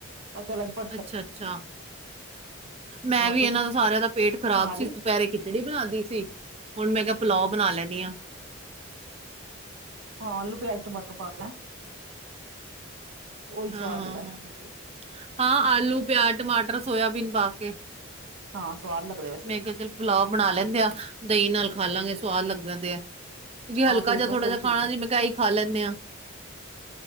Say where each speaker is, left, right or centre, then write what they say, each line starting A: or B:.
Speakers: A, on the right; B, on the right.
A: ਮੈਂ ਚਲ ਅੱਜ ਭਰ
B: ਅੱਛਾ ਅੱਛਾ ਮੈਂ
A: ਹੋਰ
B: ਵੀ
A: ਤੁਸੀਂ
B: ਇਹਨਾਂ ਦਾ ਸਾਰਿਆਂ ਦਾ ਪੇਟ ਖ਼ਰਾਬ
A: ਬਣਾ ਲਈ
B: ਸੀ ਦੁਪਹਿਰੇ ਖਿਚੜੀ ਬਣਾ ਲਈ ਸੀ ਹੁਣ ਮੈਂ ਕਿਹਾ ਪਲਾਓ ਬਣਾ ਲੈਂਦੀ ਹਾਂ
A: ਹਹ ਆਲੂ ਪਿਆਜ ਟਮਟਰ ਪਾ ਕੇ ਉਹੀ ਸਵਾਦ
B: ਹਾਂ
A: ਲੱਗਦਾ
B: ਹਾਂ ਹਾਂ ਆਲੂ ਪਿਆਜ ਟਮਾਟਰ ਸੋਇਬੀਨ ਪਾ ਕੇ
A: ਹਾਂ ਸਵਾਦ ਲੱਗਦੇ ਵੈ
B: ਮੈਂ ਕਿਹਾ ਚੱਲ ਪੁਲਾਓ ਬਣਾ ਲੈਂਦੇ ਆ ਦਹੀਂ ਨਾਲ ਖਾ ਲਾਂਗੇ ਸਵਾਦ ਲੱਗਣ ਦੇ ਆ ਕਿਉਂਕਿ ਹਲਕਾ
A: ਹਾਂ ਪੇਟ
B: ਜਿਹਾ
A: ਵਾਸਤੇ
B: ਥੋੜਾ ਜਿਹਾ
A: ਵੀ ਠੀਕ
B: ਖਾਣਾ
A: ਹੈ
B: ਸੀ ਮੈਂ ਕਿਹਾ ਹੀ ਖਾ ਲੈਂਦੇ ਹਾਂ